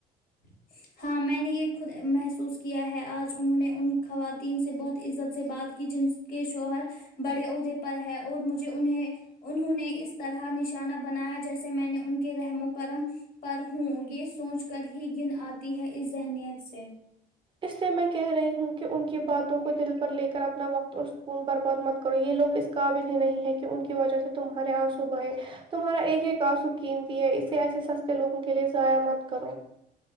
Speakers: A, on the left; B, on the right.
A: <inaudible> ہاں میں نے یہ خود محسوس کیا ہے آج انہوں نے ان خواتین سے بہت عزت سے بات کی جن کے شوہر بڑے عہدے پر ہے اور مجھے انہیں انہوں نے اس طرح نشانہ بنایا جیسے میں نے ان کے رحم و کرم پر ہوں یہ سوچ کر ہی گن آتی ہے اس ذہنیت سے
B: اس لیے میں کہہ رہی ہوں کہ ان کی باتوں کو دل پر لے کر اپنا وقت اور سکون برباد مت کرو یہ لوگ اس قابل ہی نہیں ہے کہ ان کی وجہ سے تمہارے آنسو بہہ تمہارا ایک ایک کا آنسو قیمتی ہے اسے ایسے سستے لوگوں کے لیے ضائع مت کرو